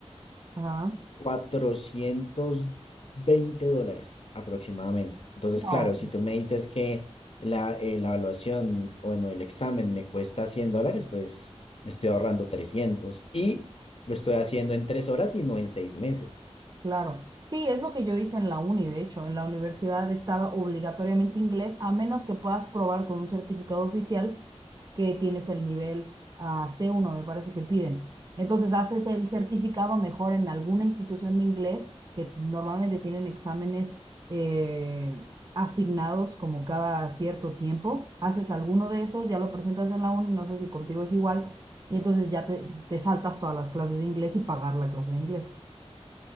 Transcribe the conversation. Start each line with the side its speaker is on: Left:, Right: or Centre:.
Right: ajá.
Left: cuatrocientos veinte dólares aproximadamente. Entonces,
Right: No.
Left: claro, si tú me dices que la, eh, la evaluación, bueno, el examen me cuesta 100 dólares, pues me estoy ahorrando 300 y lo estoy haciendo en tres horas y no en seis meses.
Right: Claro, sí, es lo que yo hice en la uni, de hecho, en la universidad estaba obligatoriamente inglés, a menos que puedas probar con un certificado oficial que tienes el nivel ah, c uno, me parece que piden. Entonces haces el certificado mejor en alguna institución de inglés, que normalmente tienen exámenes eh, asignados como cada cierto tiempo, haces alguno de esos, ya lo presentas en la uni, no sé si contigo es igual, y entonces ya te, te saltas todas las clases de inglés y pagar la clase de inglés.